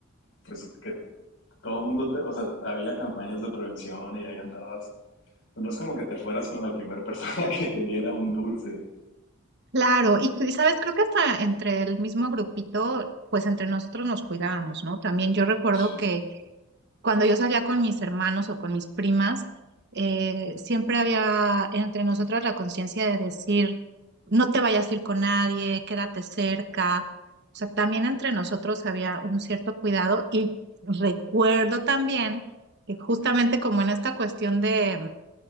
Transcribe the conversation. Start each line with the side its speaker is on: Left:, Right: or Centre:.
Left: pues que todo el mundo, te, o sea, había campañas de prevención y ahí andabas, no es como que te fueras con la primera persona <laughs> que te diera un dulce,
Right: Claro, y tú- y sabes, creo que hasta entre el mismo grupito, pues entre nosotros nos cuidábamos, ¿no? También yo recuerdo
Left: sí,
Right: que cuando yo salía con mis hermanos o con mis primas, eh, siempre había entre nosotras la conciencia de decir, no te vayas a ir con nadie, quédate cerca. O sea, también entre nosotros había un cierto cuidado y recuerdo también que justamente como en esta cuestión de,